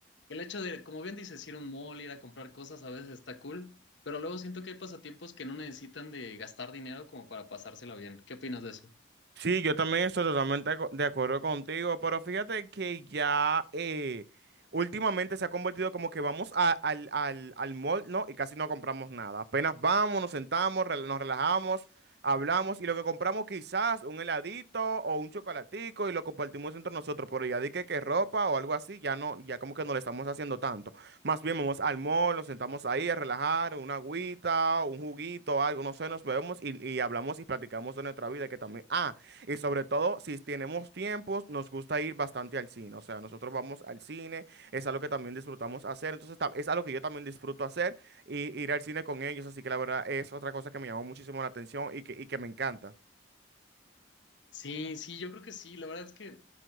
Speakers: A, on the left (about 65°); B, on the right (about 55°).
A: el hecho de, como bien dices, ir a un mall, ir a comprar cosas a veces está cool, pero luego siento que hay pasatiempos que no necesitan de gastar dinero como para pasársela bien. ¿Qué opinas de eso?
B: Sí, yo también estoy totalmente aco- de acuerdo contigo, pero fíjate que ya eh, últimamente se ha convertido como que vamos a- al, al, al mall, ¿no? Y casi no compramos nada. Apenas vamos, nos sentamos, rel- nos relajamos, hablamos y lo que compramos quizás un heladito o un chocolatico y lo compartimos entre nosotros, pero ya di que, que ropa o algo así, ya no, ya como que no le estamos haciendo tanto. Más bien vamos al mall, nos sentamos ahí a relajar, una agüita, un juguito, algo, no sé, nos vemos y, y hablamos y platicamos de nuestra vida que también... Ah, y sobre todo, si tenemos tiempos, nos gusta ir bastante al cine. O sea, nosotros vamos al cine, es algo que también disfrutamos hacer. Entonces, ta- es algo que yo también disfruto hacer y ir al cine con ellos. Así que la verdad es otra cosa que me llamó muchísimo la atención y que, y que me encanta.
A: Sí, sí, yo creo que sí. La verdad es que